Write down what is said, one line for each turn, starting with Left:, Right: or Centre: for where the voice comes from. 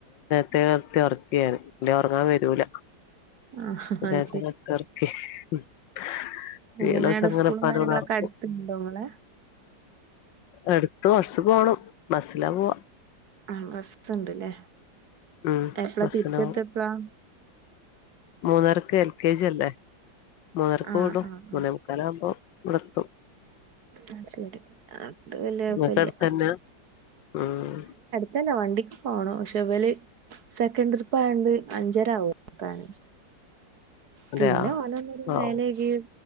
Left: കിടത്തി ഉറക്കി ഞാൻ പിന്നെ ഉറങ്ങാൻ വരൂല
Right: ആഹ്
Left: <unintelligible> ലീവുള്ള
Right: എങ്ങനെ
Left: ദിവസം
Right: ആണ്
Left: അങ്ങനെ
Right: സ്കൂളും
Left: ഉപ്പാന്റെ
Right: കാര്യങ്ങളൊക്കെ
Left: കൂടെ നടക്കും
Right: അടുത്തിണ്ടോ ഇങ്ങളെ?
Left: അടുത്ത് കൊർച്ച് പോണം ബസ്സിലാ പോവാ.
Right: ആഹ് ബസ്ണ്ട്ല്ലേ.
Left: ഉം
Right: എപ്പളാ
Left: ബസ്സിന്
Right: തിരിച്ചെത്ത
Left: പോവും
Right: എപ്പളാ?
Left: മൂന്നരക്ക് എൽ കെ ജി അല്ലേ. മൂന്നരക്ക്
Right: ആ
Left: വിടും
Right: ആ ആ.
Left: മൂന്നേ മുക്കാലാവുമ്പോ ഇവുടെത്തും
Right: ആയ് ശരി. അത് വല്ല്യ കൊഴപ്പല്ല്യ
Left: ഇങ്ങക്ക് അടുത്തന്നെയാ ഉം
Right: തന്ന വണ്ടിക്ക് പോണം പക്ഷെ ഇവല് സെക്കൻഡ് ട്രിപ്പ് ആയൊണ്ട് അഞ്ചര ആവും എത്താന്
Left: അതെയോ
Right: പിന്നെ ഓലൊന്നര
Left: വൗ
Right: മേലയ്കി